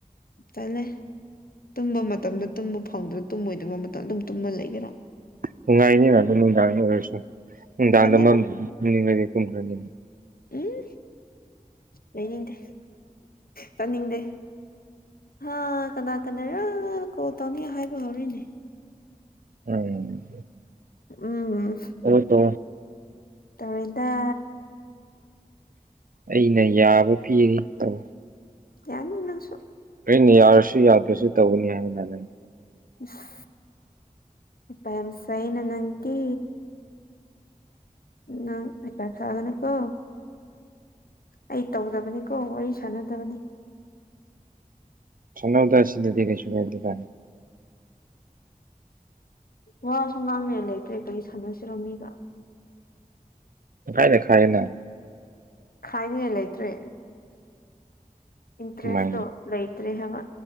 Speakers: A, on the left; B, on the right.
A: ꯇꯂꯦ ꯇꯨꯝꯕ ꯃꯇꯝꯗ ꯇꯨꯝꯕ ꯐꯪꯗ꯭ꯔ ꯇꯨꯝꯃꯣꯏꯗꯕ ꯃꯇꯝꯗ ꯑꯗꯨꯝ ꯇꯨꯝꯃ ꯂꯩꯒꯔꯣ
B: ꯅꯨꯡꯉꯥꯏꯅꯤꯅꯗꯝ ꯅꯨꯡꯗꯥꯡꯒꯤ ꯑꯣꯏꯔꯁꯨ ꯅꯨꯡꯗꯥꯡꯗ
A: ꯇꯜꯂꯦꯗ
B: ꯃꯔꯝꯗꯨꯅꯤꯡꯉꯩꯗꯤ ꯇꯨꯝꯈ꯭ꯔꯅꯤꯅ
A: ꯎꯝ ꯂꯩꯅꯤꯡꯗꯦ ꯆꯅꯤꯡꯗꯦ ꯍꯥ ꯀꯅꯥ ꯀꯅꯥꯔꯣ ꯀꯣꯜ ꯇꯧꯅꯤ ꯍꯥꯏꯕ ꯍꯧꯔꯤꯅꯦ
B: ꯎꯝ
A: ꯎꯝ
B: ꯇꯧꯋꯣ ꯇꯧꯋꯣ
A: ꯇꯧꯔꯤꯗ
B: ꯑꯩꯅ ꯌꯥꯕ ꯄꯤꯔꯤ ꯇꯧ
A: ꯌꯥꯅꯤ ꯅꯪꯁꯨ
B: ꯑꯩꯅ ꯌꯥꯔꯁꯨ ꯌꯥꯗ꯭ꯔꯁꯨ ꯇꯧꯒꯅꯤ ꯍꯥꯏꯗꯅꯅꯤ
A: ꯏꯁ ꯍꯩꯄ ꯌꯥꯝ ꯁꯥꯏꯅ ꯅꯪꯗꯤ ꯅꯪ ꯍꯩꯄꯥ ꯁꯥꯒꯅꯨꯀꯣ ꯑꯩ ꯇꯧꯗꯕꯅꯤꯀꯣ ꯋꯥꯔꯤ ꯁꯥꯟꯅꯗꯕꯅꯤ
B: ꯁꯥꯟꯅꯧꯗ ꯁꯤꯗꯗꯤ ꯀꯩꯁꯨ ꯀꯥꯏꯗꯦꯗ
A: ꯋꯥꯁꯨ ꯃꯥꯡꯅ ꯂꯩꯇ꯭ꯔꯦ ꯀꯔꯤ ꯁꯥꯟꯅꯁꯤꯔ ꯃꯤꯒ
B: ꯍꯥꯏꯅ ꯈꯥꯏꯅ
A: ꯈꯥꯏꯅꯤꯡꯉꯥꯏ ꯂꯩꯇ꯭ꯔꯦ ꯏꯟꯇꯔꯦꯁꯇꯣ
B: ꯀꯃꯥꯏꯅ
A: ꯂꯩꯇ꯭ꯔꯦ ꯍꯥꯏꯕ